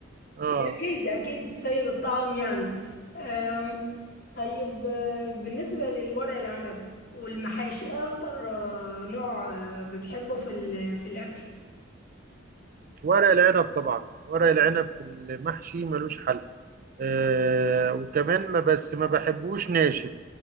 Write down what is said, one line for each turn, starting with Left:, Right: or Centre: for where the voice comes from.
Right: اه
Left: إيه، أكيد أكيد سيد الطعام يعني أم، طيب آه، بالنسبة للورق العنب والمحاشي إيه أكتر آه، نوع آه، بتحبه في ال- في الأكل
Right: ورق العنب طبعا ورق العنب في المحشي ملوش حل آه وكمان ما بس ما بحبوش ناشف